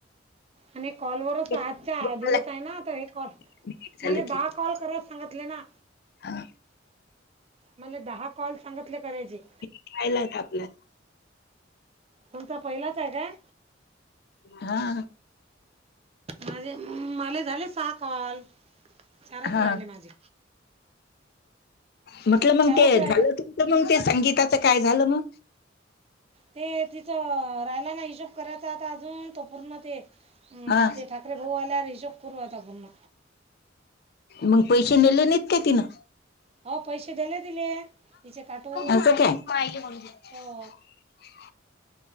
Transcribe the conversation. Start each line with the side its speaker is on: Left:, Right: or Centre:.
Right: आणि कॉल वरच
Left: बोलायला
Right: आजच्या दिवस आहे ना आ हे कॉल
Left: लागते झालं
Right: मला दहा
Left: की
Right: कॉल करायच सांगतलं ना.
Left: हा
Right: मला दहा कॉल सांगतले करायचे.
Left: राहिला आता आपला
Right: तुमचा पहिलाच हाय काय?
Left: हा
Right: माझे मला झाले सहा कॉल. चारच
Left: हा
Right: राहिले माझे.
Left: म्हटलं मंग
Right: चारच
Left: ते
Right: राहिले.
Left: झालं तुमच मंग ते संगीताचं काय झालं म?
Right: ते तिचं राहिला ना हिशोब करायचा आता अजून तो पूर्ण ते अ
Left: हा
Right: ते ठाकरे भाऊ आल्यात ते हिशोब करू आता पूर्ण.
Left: मंग पैसे नेले नाहीत काय तिनं.
Right: हो पैसे दिले तिले तिचे काटून
Left: असं काय.
Right: हो
Left: <inaudible>